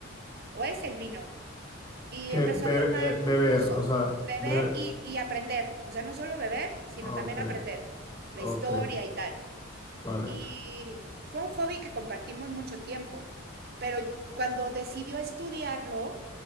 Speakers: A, on the right; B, on the left.
A: o es el vino, y
B: Que
A: empezó
B: be-
A: a tomar
B: eh, beber,
A: cursos,
B: o sea,
A: beber
B: beber.
A: y, y aprender. O sea, no solo beber, sino
B: Ok,
A: también aprender la
B: ok,
A: historia y tal.
B: vale,
A: y fue un hobby que compartimos mucho tiempo, pero cuando decidió estudiarlo,